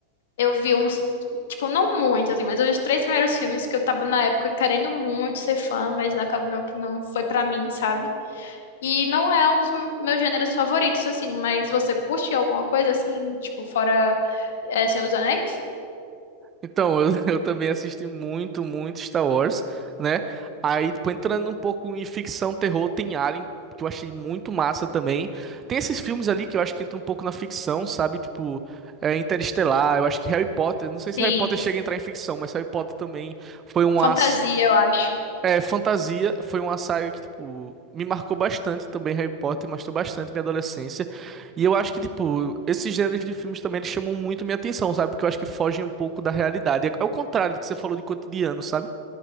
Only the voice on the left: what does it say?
Eu vi uns, tipo, não muito, assim, mas eu vi os três primeiros filmes que eu tava na época querendo muito ser fã, mas acabou que não foi pra mim, sabe? E não é um dos meus gêneros favoritos, assim, mas você curte alguma coisa, assim, tipo, fora, é, Senhor dos Anéis?
Sim,
sim.
Fantasia, eu acho.